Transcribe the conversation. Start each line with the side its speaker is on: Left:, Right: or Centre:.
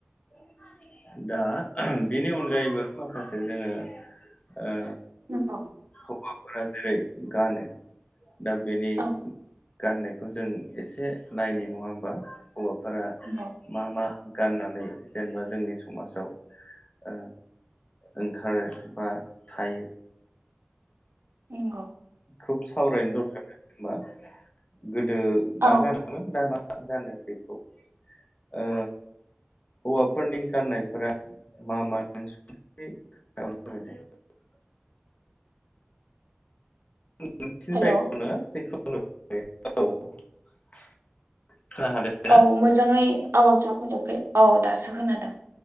Left: <unintelligible> दा बेनि अनगायैबो माखासे जोङो ओ
Right: नंगौ
Left: हौवाफोरा जेरै गानो दा बेनि
Right: औ
Left: गाननायखौ जों एसे नायनि नङा होमबा हौवा फोरा
Right: नंगौ
Left: मा मा गाननानै जेनेबा जोंनि समाजाव ओ ओंखारो बा थायो
Right: नंगौ
Left: खुब सावरायनो दरखार मा गोदो
Right: औ
Left: मा गानोमोन ना मा मा गानो बेखौ ओ हौवाफोरनि गाननायफोरा मा मा नोंस <unintelligible> <unintelligible>
Right: हेल'
Left: औ हादोंना
Right: औ मोजाङै आवाजया फैयाखै औ दासो खोनादों